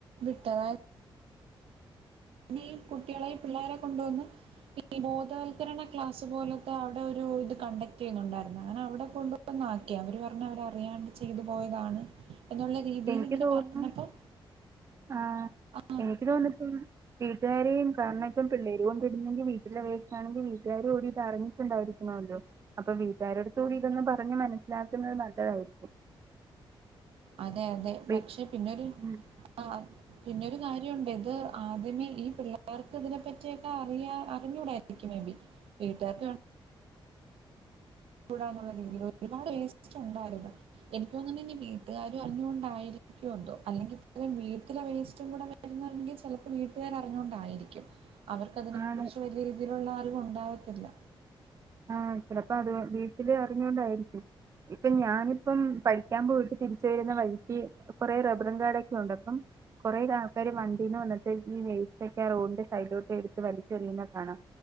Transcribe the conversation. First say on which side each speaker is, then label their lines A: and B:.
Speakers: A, on the right (about 85°); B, on the right (about 35°).
A: വിട്ട് അതായത് ഇനി ഈ കുട്ടികളെയും പിള്ളേരെയും കൊണ്ടുവന്ന് ഈ ബോധവത്ക്കരണ ക്ലാസ് പോലത്തെ അവിടെ ഒരു ഇത് കണ്ടക്ടീയ്യുന്നുണ്ടായിരുന്നു അങ്ങനെ അവിടെ കൊണ്ട് വന്ന് ആക്കി അവര് പറഞ്ഞ് അവരറിയാണ്ട് ചെയ്തു പോയതാണ് എന്നുള്ള രീതിയിൽ
B: എനിക്ക്
A: ഇങ്ങനെ
B: തോന്നുന്നു
A: പറഞ്ഞപ്പം
B: ആഹ്
A: ആ
B: എനിക്ക് തോന്നന്ന്പ്പം വീട്ടുകാരെയും കാരണം ഇപ്പം പിള്ളേര് കൊണ്ട് ഇടുന്നെങ്കിൽ വീട്ടിലെവേസ്റ്റ് ആണെങ്കിൽ വീട്ടുകാര് കൂടിട്ട് അറിഞ്ഞിട്ടിണ്ടാവി ക്കണോല്ലോ അപ്പൊ വീട്ടുകാരടുത്ത് കൂടി ഇതൊന്ന് പറഞ്ഞ് മനസ്സിലാക്കുന്നത് നല്ലതായിരിക്കും
A: അതെ അതെ
B: വീ
A: പക്ഷേ പിന്നെയൊരു
B: ഉം
A: ആ പിന്നൊരു കാര്യം ഉണ്ട് ഇത് ആദ്യമേ ഈ പിള്ളേർക്ക് ഇതിനെപ്പറ്റിയൊക്കെ അറിയാ അറിഞ്ഞൂടായിരിക്കും മേ ബി വീട്ട്ക്കാർക് കൂടാവുന്നുള്ള രീതിയിൽ ഒരുപാട് വേസ്റ്റ് ഉണ്ടായിരുന്നു എനിക്ക് തോന്നുന്ന് ഇനി വീട്ടുകാരും അറിഞ്ഞുകൊണ്ടായിരി ക്ക്യോ എന്തോ അല്ലെങ്കിൽ ഇത്രം വീട്ടിലെ വേസ്റ്റും കൂടെ വരന്നുള്ളങ്കിൽ ചെലപ്പോ വീട്ടുകാര് അറിഞ്ഞൊണ്ടായിരിക്കും അവർക്ക് അതിനെക്കുറിച്ച്
B: ആണ്
A: വലിയ രീതിയിലുള്ള അറിവ് ഉണ്ടാവത്തില്ല
B: ആഹ് ചിലപ്പോ അത് വീട്ടില് അറിഞ്ഞൊണ്ടായിരിക്കും ഇപ്പൊ ഞാനിപ്പം പഠിക്കാൻ പോയിട്ട് തിരിച്ച് വരുന്ന വഴിക്ക് കുറെ റബ്ബറും കാടൊക്കെ ഉണ്ട് അപ്പം കൊറെേ ആൾക്കാര് വണ്ടീല് വന്നിട്ട് ഈ വേസ്റ്റ്ക്കെ റോഡിൻ്റെ സൈഡിലോട്ട് എടുത്ത് വലിച്ചറിയുന്ന കാണാം